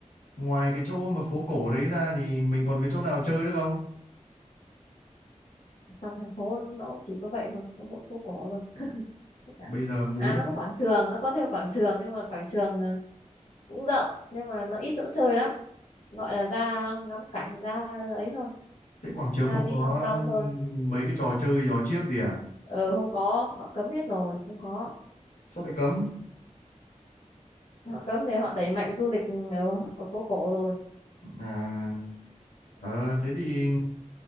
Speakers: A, on the left (about 85°); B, on the left (about 70°).
A: ngoài cái chỗ mà phố cổ đấy ra thì mình còn cái chỗ nào chơi nữa không?
B: trong thành phố nó cũng chỉ có vậy thôi có mỗi phố cổ thôi tất cả
A: Bây giờ muốn
B: à nó có quảng trường nó có thêm quảng trường nhưng mà quảng trường ờ, cũng rộng nhưng mà nó ít chỗ chơi lắm gọi là ra ngắm cảnh ra ấy thôi
A: thế quảng trường
B: ra
A: không
B: đi
A: có
B: thong dong thôi
A: mấy cái trò chơi trò chiếc gì à?
B: ờ không có họ cấm hết rồi không có
A: Sao lại cấm?
B: họ cấm thì họ đẩy mạnh du lịch ở, ở phố cổ rồi
A: À, ờ, thế thì